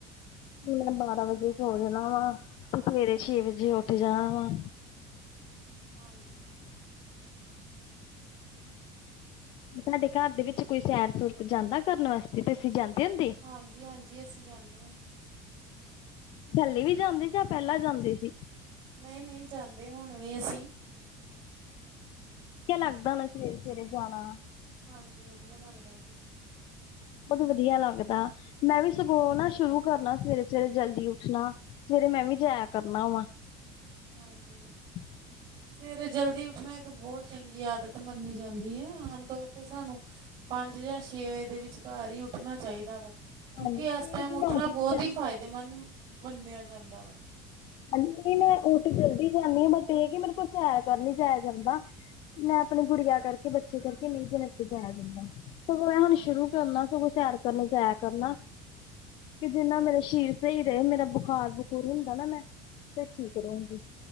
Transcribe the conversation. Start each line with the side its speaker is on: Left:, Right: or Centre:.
Left: ਮੈਂ ਬਾਰਾਂ ਵਜੇ ਸੋ ਜਾਣਾ ਵਾ। ਤੇ ਸਵੇਰੇ ਛੇ ਵਜੇ ਉੱਠ ਜਾਣਾ ਵਾ।
Right: ਹਾਂਜੀ
Left: ਸਾਡੇ ਘਰ ਦੇ ਵਿੱਚ ਕੋਈ ਸੈਰ-ਸੂਰ ਤੇ ਜਾਂਦਾ ਕਰਨ ਵਾਸਤੇ ਤੇ ਤੁਸੀਂ ਜਾਂਦੇ ਹੁੰਦੇ।
Right: ਹਾਂਜੀ- ਹਾਂਜੀ ਅਸੀਂ ਜਾਂਦੇ ਹਾਂ।
Left: ਥੇਲੇ ਵੀ ਜਾਂਦੇ ਜਾਂ ਪਹਿਲਾਂ ਜਾਂਦੇ ਸੀ।
Right: ਨਹੀਂ- ਨਹੀਂ, ਜਾਂਦੇ ਹੁਣ ਵੀ ਅਸੀਂ
Left: ਲੱਗਦਾ ਹੋਣਾ ਸਵੇਰੇ -ਸਵੇਰੇ ਜਾਣਾ।
Right: ਹਾਂਜੀ। ਵਧੀਆ ਲੱਗਦਾ ਜੀ।
Left: ਬਹੁਤ ਵਧੀਆ ਲੱਗਦਾ ਮੈਂ ਵੀ ਸਗੋਂ ਨਾ ਸ਼ੁਰੂ ਕਰਨਾ। ਸਵੇਰੇ- ਸਵੇਰੇ ਜਲਦੀ ਉੱਠਣਾ। ਜਿੜੇ ਮੈਂ ਵੀ ਜਾਇਆ ਕਰਨਾ ਵਾਂ।
Right: ਹਾਂਜੀ।
Left: ਹੂੰ,
Right: ਸਵੇਰੇ ਜਲਦੀ ਉੱਠਣਾ ਇੱਕ ਬਹੁਤ ਚੰਗੀ ਆਦਤ ਮੰਨੀ ਜਾਂਦੀ ਹੈ। ਆਮ ਤੌਰ ਤੇ ਸਾਨੂੰ ਪੰਜ ਜਾਂ ਛੇ ਵਜੇ ਦੇ ਵਿਚਕਾਰਰ ਹੀ ਉੱਠਣਾ ਚਾਹੀਦਾ ਵਾ। ਕਿਉਂਕਿ
Left: ਹਾਂਜੀ ਛੇ
Right: ਇਸ ਟਾਈਮ
Left: ਵਜੇ
Right: ਉੱਠਣਾ
Left: ਮੈਂ ਉੱਠ
Right: ਬਹੁਤ
Left: ਵੀ ਜਾਂਦੀ
Right: ਹੀ ਫਾਇਦਾ। ਤੇ ਮਨ ਮੰਨਿਆ ਜਾਂਦਾ ਵਾ।
Left: ਹਾਂਜੀ, ਨਹੀਂ ਮੈਂ ਉਠ ਜਲਦੀ ਜਾਂਦੀ ਹਾਂ ਬਟ ਇਹ ਕਿ ਮੇਰੇ ਕੋਲ ਸੈਰ ਕਰ ਨੀ ਜਾਇਆ ਜਾਂਦਾ। ਮੈਂ ਆਪਣੇ ਗੁੜੀਆਂ ਕਰਕੇ ਬੱਚੇ ਕਰਕੇ ਨਹੀਂ ਜਨਾ ਤੇ ਜਾਇਆ ਦਿੰਦਾ। ਸਗੋਂ ਇਹ ਹੁਣ
Right: ਹਾਂ
Left: ਸ਼ੁਰੂ ਕਰਨਾ। ਸਗੋਂ ਸੈਰ ਕਰਨ ਜਾਇਆ ਕਰਨਾ। ਕਿ ਜਿੰਨਾ ਮੇਰਾ ਸਰੀਰ ਸਹੀ ਰਹੇ। ਮੇਰਾ ਬੁਖਾਰ- ਬੁਖੂਰ ਹੁੰਦਾ ਨਾ ਮੈਂ ਤਾਂ ਠੀਕ ਰਹਾਂਗੇ।